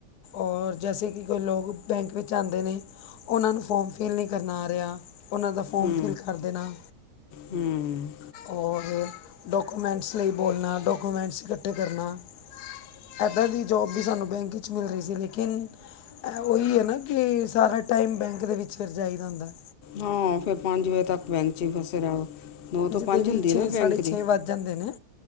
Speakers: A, on the left; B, on the left.
A: ਔਰ ਜੈਸੇ ਕੀ ਕੋਈ ਲੋਕ ਬੈਂਕ ਵਿੱਚ ਆਂਦੇ ਨੇ ਓਨਾਂ ਨੂੰ ਫੋਮ ਫਿਲ ਨਈ ਕਰਨਾ ਆ ਰਿਆ ਓਨਾਂ ਦਾ ਫੋਮ
B: ਹੂੰ
A: ਫਿਲ ਕਰ ਦੇਨਾ।
B: ਹੂੰ
A: ਔਰ ਡਾਕੂਮੈਂਟਸ ਲਈ ਬੋਲਨਾ ਡਾਕੂਮੈਂਟਸ ਕੱਠੇ ਕਰਨਾ ਏਦਾਂ ਦੀ ਜੋਬ ਵੀ ਸਾਨੂੰ ਬੈਂਕ ਚ ਮਿਲ ਰਈ ਸੀ ਲੇਕਿਨ ਏ ਓਹੀ ਐ ਨਾ ਕੇ ਸਾਰਾ ਟਾਈਮ ਬੈਂਕ ਦੇ ਵਿਚ ਫਿਰ ਜਾਈਦਾ ਹੁੰਦਾ।
B: ਹਾਂ ਫੇਰ ਪੰਜ ਵਜੇ ਤੱਕ ਬੈਂਕ ਚ ਈ ਫਸੇ ਰਓ। ਨੌ ਤੋਂ ਪੰਜ
A: ਦੇ ਵੀ
B: ਹੁੰਦੀ
A: ਛੇ
B: ਆ ਨਾ ਬੈਂਕ
A: ਸਾਢੇ ਛੇ
B: ਦੀ,
A: ਵੱਜ ਜਾਂਦੇ ਨੇ